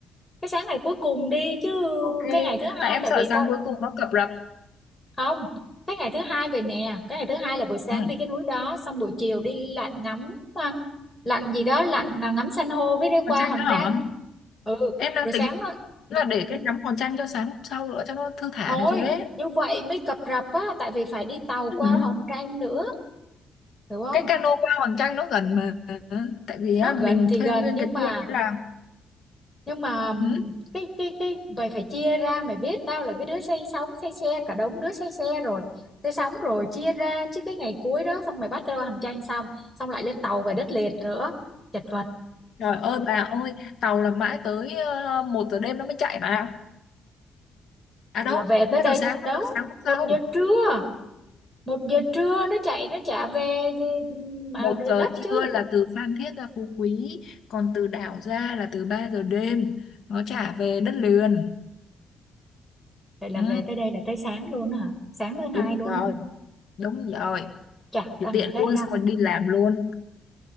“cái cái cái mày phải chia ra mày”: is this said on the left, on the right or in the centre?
Left